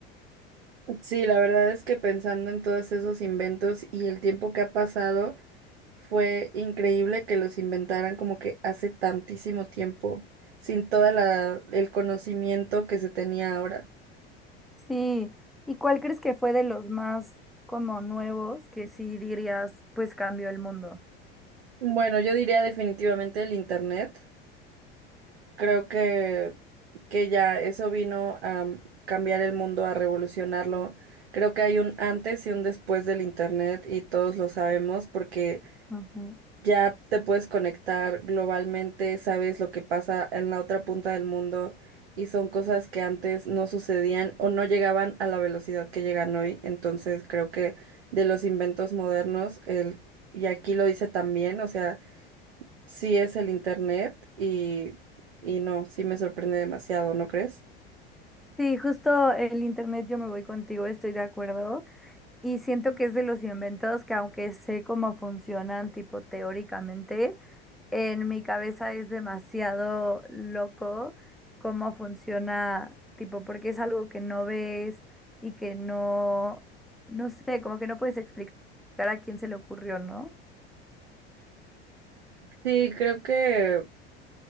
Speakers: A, on the right; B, in the centre.
A: Sí, la verdad es que pensando en todos esos inventos y el tiempo que ha pasado, fue increíble que los inventaran como que hace tantísimo tiempo, sin toda la el conocimiento que se tenía ahora.
B: Sí, ¿y cuál crees que fue de los más como nuevos que sí dirías, pues cambió el mundo?
A: Bueno, yo diría definitivamente el internet. Creo que que ya eso vino a cambiar el mundo, a revolucionarlo. Creo que hay un antes y un después del internet y todos lo sabemos porque
B: Ujú.
A: Ya te puedes conectar globalmente, sabes lo que pasa en la otra punta del mundo y son cosas que antes no sucedían o no llegaban a la velocidad que llegan hoy. Entonces creo que de los inventos modernos, el, y aquí lo dice también, o sea, sí es el Internet y, y no, sí me sorprende demasiado, ¿no crees?
B: Sí, justo el internet yo me voy contigo, estoy de acuerdo. Y siento que es de los inventos que aunque sé cómo funcionan, tipo teóricamente, en mi cabeza es demasiado loco cómo funciona, tipo, porque es algo que no ves y que no, no sé, como que no puedes explicar a quién se le ocurrió, ¿no?
A: Sí, creo que